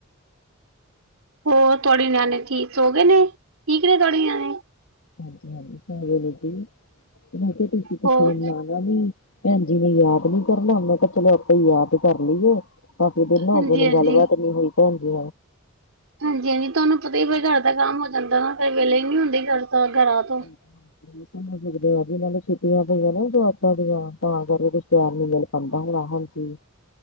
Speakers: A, on the right (about 80°); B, on the left (about 75°).
A: ਹੋਰ ਤੁਹਾਡੇ ਨਿਆਣੇ ਠੀਕ ਹੋ ਗਏ ਨੇ, ਠੀਕ ਨੇ ਤੁਹਾਡੇ ਨਿਆਣੇ
B: ਹਾਂਜੀ-ਹਾਂਜੀ <unintelligible> ਮੈਂ ਕਿਹਾ ਤੁਸੀ ਤੇ
A: ਹੋਰ
B: ਫੋਨ ਲਾ ਨੀ। ਭੈਣਜੀ ਨੇ ਯਾਦ ਨੀ ਕਰਨਾ ਉਹਨਾ ਕਿਹਾ ਚਲੋ, ਆਪਾਂ ਯਾਦ ਕਰ ਲਈਏ। ਕਫੀ ਦੇ ਨਾ ਹੋਗੇ,
A: ਹਾਂਜੀ-ਹਾਂਜੀ।
B: ਨੂੰ ਗੱਲਬਾਤ ਨੀ ਹੋਈ ਭੈਣ ਜੀ।
A: ਹਾਂਜੀ-ਹਾਂਜੀ ਤੁਹਾਨੂੰ ਪਤਾ ਹੀ ਹਾਂ, ਫੇਰ ਘਰ ਦਾ ਕੰਮ ਹੋ ਜਾਂਦਾ ਨਾ, ਫੇਰ ਵੇਲੇ ਹੀ ਨਹੀਂ ਹੁੰਦੀ ਘਰ ਦਾ ਘਰਾਂ ਤੋਂ।
B: ਸਕਦੇ ਆ, ਜਿਨਾਂ ਨੂੰ ਛੁੱਟੀਆਂ ਪਈਆਂ ਨਾ ਜਵਾਕਾਂ ਦੀਆਂ ਤਾਂ ਕਰਕੇ ਕੁਛ ਤਿਆਰ ਨੀ ਮਿਲਿਆ। ਸਭ ਨੂੰ ਹਾਂਜੀ।